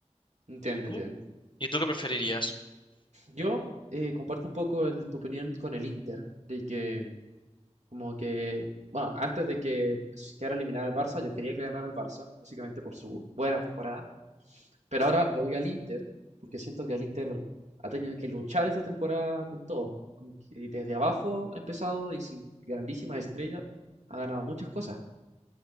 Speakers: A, on the right; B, on the left.
A: Entiendo,
B: ¿Y tú?
A: entiendo.
B: ¿Y tú qué preferirías?
A: Yo eh, comparto un poco el- tu opinión con el Inter, de que Como que, bueno, antes de que s- quedara eliminada el Barça, yo quería que ganara el Barça, básicamente por su buena temporada. Pero ahora lo voy al Inter, porque siento que el Inter ha tenido que luchar esta temporada con todo. Como que desde abajo ha empezado y sin grandísimas estrellas ha ganado muchas cosas.